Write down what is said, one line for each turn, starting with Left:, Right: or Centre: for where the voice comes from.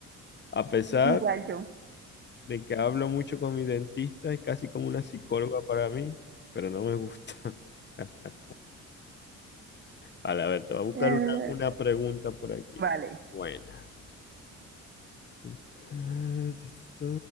Left: A pesar
Right: Igual yo.
Left: de que hablo mucho con mi dentista, es casi como una psicóloga para mí, pero no me gusta. <laughs> Vale, a ver, te voy a buscar
Right: Eh,
Left: una, una pregunta por aquí.
Right: Vale.
Left: Buena. <laughs> Ah, ta, ta, ta,